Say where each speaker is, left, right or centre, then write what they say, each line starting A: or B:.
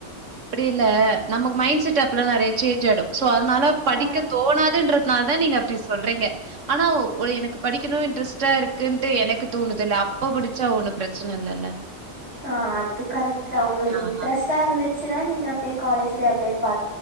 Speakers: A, on the right; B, on the right.
A: அப்டி இல்ல நமக்கு மைண்ட் செட் அப்பல்லா நெறைய சேஞ்ச் ஆயிடு சோ அதனால படிக்க
B: ஆ
A: தோணாதுன்றதுனால தான் நீங்க அப்படி சொல்றீங்க ஆனா எனக்கு படிக்கணும் இன்ட்ரெஸ்ட்டா இருக்குன்ட்டு எனக்கு தோணுது இல்ல அப்ப படிச்சா ஒண்ணும் பிரச்சனை இல்லல்ல
B: ஆஹ் அது கரெக்ட் தான் உங்களுக்கு
A: ஆ
B: இன்ட்ரெஸ்ட்டா
A: ஆ
B: இருந்து ச்சா நீங்க அப்படியே காலேஜ் ல அப்படியே